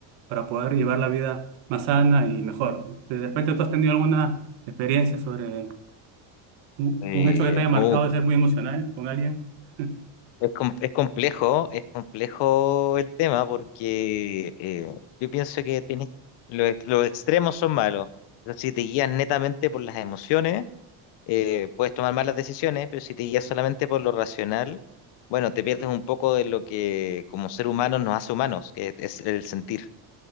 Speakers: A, on the right; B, on the left.
A: para poder llevar la vida más sana y mejor. ¿no? De repente tú has tenido alguna experiencia sobre un,
B: Eh,
A: un hecho que te haya marcado
B: oh,
A: de ser muy emocional con alguien. <laughs>
B: es, com- es complejo, es complejo el tema porque eh, yo pienso que tienes, los, ex- los extremos son malos, pero si te guías netamente por las emociones. eh, puedes tomar malas decisiones, pero si te guías solamente por lo racional, bueno, te pierdes un poco de lo que como ser humano nos hace humanos, que es el sentir.